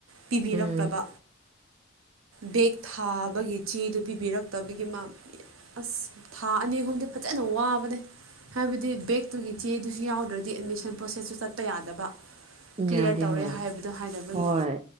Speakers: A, on the right; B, on the right.
A: ꯄꯤꯕꯤꯔꯛꯇꯕ
B: ꯎꯝ
A: ꯕꯦꯛ ꯊꯥꯕꯒꯤ ꯆꯦꯗꯨ ꯄꯤꯕꯤꯔꯛꯇꯕꯒꯤ ꯃꯥ ꯑꯁ ꯊꯥ ꯑꯅꯤ ꯑꯍꯨꯝꯗꯤ ꯐꯖꯅ ꯋꯥꯕꯅꯦ ꯍꯥꯏꯕꯗꯤ ꯕꯦꯛꯇꯨꯒꯤ ꯆꯦ ꯑꯗꯨꯁꯨ ꯌꯥꯎꯗ꯭ꯔꯗꯤ ꯑꯦꯗꯃꯤꯁꯟ ꯄ꯭ꯔꯣꯁꯦꯁꯁꯨ ꯆꯠꯄ ꯌꯥꯗꯕ ꯀ꯭ꯂꯤꯌꯥꯔ
B: ꯌꯥꯗꯦ
A: ꯇꯧꯔꯦ
B: ꯍꯣꯏ
A: ꯍꯥꯏꯕꯗꯣ ꯍꯥꯏꯅꯕꯒꯤ
B: ꯍꯣꯏ